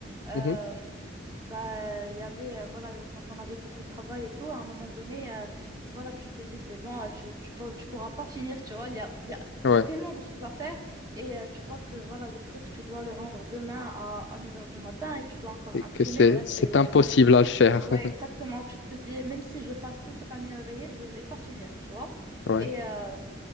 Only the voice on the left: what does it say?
Mhm.
Ouais,
et
que c'est,
c'est
impossible
à le faire.
<laughs>
Ouais.